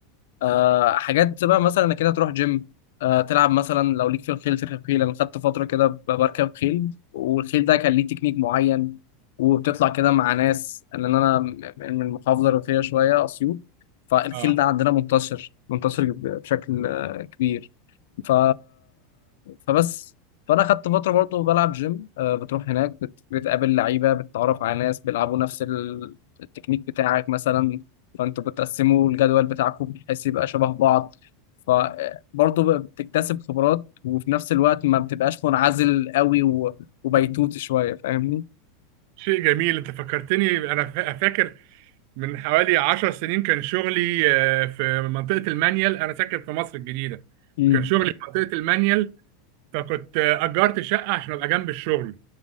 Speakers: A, on the left (about 75°); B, on the right (about 50°).
A: آه حاجات بقى مثلا انك كده تروح جيم آه تلعب مثلا لو ليك في الخيل تركب خيل انا خدت فتره كده ب- بركب خيل والخيل ده كان ليه تكنيك معين وبتطلع كده مع ناس لان انا م- من المحافظه الريفيه شويه اسيوط فالخيل
B: اه
A: ده عندنا منتشر منتشر ب- بشكل آه، كبير ف... فبس فانا خدت فتره برضه بلعب جيم آه، بتروح هناك بت... بتقابل لعيبه بتتعرف على ناس بيلعبوا نفس ال- التكنيك بتاعك مثلا فانتوا بتقسموا الجدول بتاعكم بحيث يبقى شبه بعض فبرضه بتكتسب خبرات وفي نفس الوقت ما بتبقاش منعزل قوي و... وبيتوت شويه فاهمني؟
B: شيء جميل انت فكرتني انا فا- فاكر من حوالي عشر سنين كان شغلي آه، في منطقة المانيال انا ساكن في مصر الجديدة
A: مم.
B: كان شغلي في منطقة المانيال فكنت آه، اجرت شقة عشان ابقى جنب الشغل